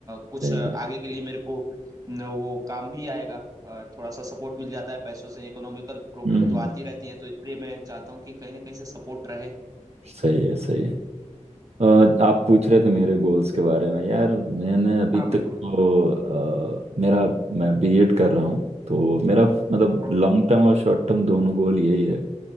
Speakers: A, on the right; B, on the right.
A: कुछ
B: सही
A: अ,
B: है
A: आगे के लिए मेरे को न, वो काम भी आएगा अ, थोड़ा सा सपोर्ट मिल जाता है पैसों से इकोनॉमिकल प्रॉब्लम
B: हम्म
A: तो आती रहती है तो इसलिए मैं चाहता हूँ कि कहीं ना कहीं से सपोर्ट रहे
B: सही है सही है और आप पूछ रहे थे मेरे गोल्स के बारे में यार मैंने अभी
A: हाँ
B: तक
A: बिल्कुल
B: तो अ, मेरा मैं बीएड कर रहा हूँ तो मेरा मतलब
A: ओके
B: लॉन्ग टर्म और शॉर्ट टर्म दोनों गोल यही है